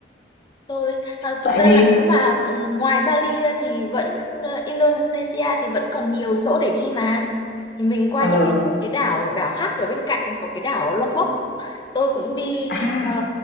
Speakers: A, on the left (about 25°); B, on the left (about 60°).
A: Tôi à, thực
B: tại
A: ra
B: vì
A: là nếu mà ừ, ngoài Bali ra thì vẫn ờ, Indonesia thì vẫn còn nhiều chỗ để đi mà. Thì mình qua
B: ờ
A: những cái cái đảo đảo khác ở bên cạnh có cái đảo Lombok. Tôi cũng đi
B: à
A: ờ,